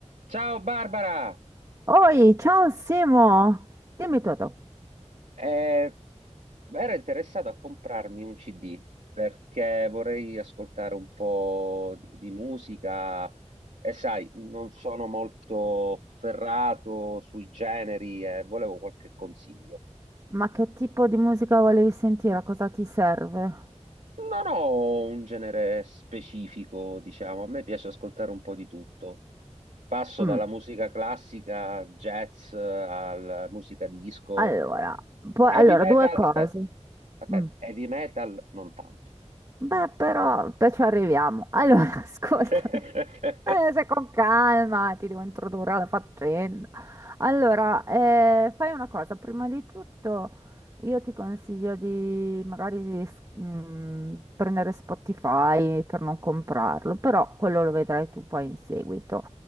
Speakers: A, on the right; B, on the right.
A: Ciao Barbara,
B: Oi, ciao Simo! Dimmi tutto,
A: Eh, ero interessato a comprarmi un CD perché vorrei ascoltare un po' di, di musica e sai, non sono molto ferrato sui generi e volevo qualche consiglio.
B: ma che tipo di musica volevi sentire? Cosa ti serve?
A: Non ho un genere specifico, diciamo, a me piace ascoltare un po' di tutto. Passo
B: Mm,
A: dalla musica classica, jazz, alla musica disco.
B: Allora, poi-
A: Heavy
B: allora,
A: metal,
B: due cose.
A: aspetta, aspetta,
B: Mm.
A: heavy metal non tanto.
B: Beh, però, beh, ci arriviamo. Allora, <laughs> ascoltami.
A: <laughs>
B: Eh, se con calma ti devo introdurre alla faccenda. Allora, eh, fai una cosa. Prima di tutto, io ti consiglio di magari di s- mm, prendere Spotify per non comprarlo, però quello lo vedrai tu poi in seguito.